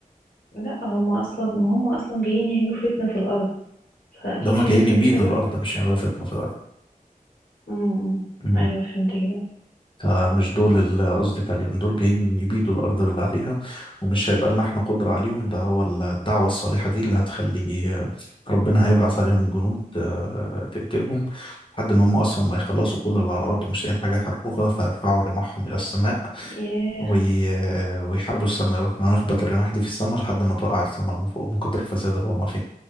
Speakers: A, on the left; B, on the left.
A: لا هما أصلا ما هما أصلا جايين يعملوا فتنة في الأرض فأكيد
B: ده هم
A: في
B: جايين
A: ناس
B: يبيدوا
A: هتتبعهم
B: الأرض مش يعملوا فتنة في
A: م- م.
B: الأرض
A: أيوه فهمت كده
B: فمش دول اللي قصدك عليهم دول جايين يبيدوا الأرض باللي عليها ومش هيبقى لنا احنا قدرة عليهم ده هو الدعوة الصالحة دي اللي هتخلي ربنا هيبعث عليهم جنود آه، تقتلهم لحد إن هم أصلا ما يخلصوا كل اللي على الأرض مش لاقيين حاجة يحاربوها فيرفعوا رماحهم إلى السماء
A: ياه
B: وي... ويحاربوا السماء يروحوا نخبط الرماح دي في السماء لحد ما توقع السماء من فوق من كتر الفساد اللي هم فيه